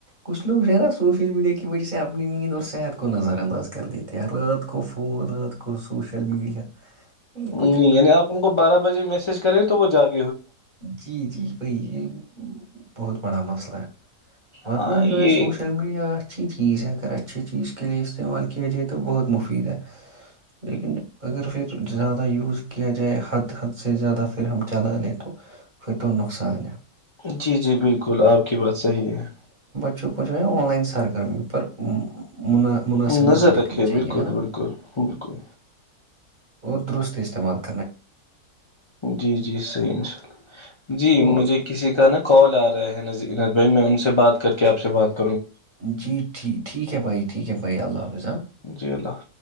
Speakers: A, on the right; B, on the left.
A: کچھ لوگ جو ہے نا سوشل میڈیا کی وجہ سے اپنی نیند اور صحت کو نظر انداز کر دیتے ہیں رات کو فون رات کو سوشل میڈیا یہ
B: نہیں
A: کچھ
B: یع آپ ان کو بارہ بجے میسج کریں تو وہ جا کے
A: جی جی بی یہ بہت بڑا مسئلہ ہے ورنہ
B: ہاں یہ
A: جو ہے سوشل میڈیا اچھی چیز ہے اگر اچھی چیز کے لیے استعمال کیا جائے تو بہت مفید ہے لیکن اگر پھر زیادہ یوز کیا جائے حد حد سے زیادہ پھر ہم چلا لیں تو پت توو نقصان
B: جی جی بالکل آپ کی بات صحیح ہے
A: چک جو ہے آن لائن سرگرمی پر منا- مناسب
B: نظر
A: رکھنی
B: رکھے
A: چاہیے
B: بالکل
A: ہے نا
B: بالکل بالکل
A: اور درست استعمال کر
B: جی جی صحیح ان شاء اللہ جی
A: تو
B: مجھے کسی کا نا کال آ رہا ہے ن بھائی میں ان سے بات کر کے آپ سے بات کر
A: جیٹ ٹھیک ہے بھائی ٹھیک ہے بھائی اللہ حافظ آ
B: جی اللہ حافظ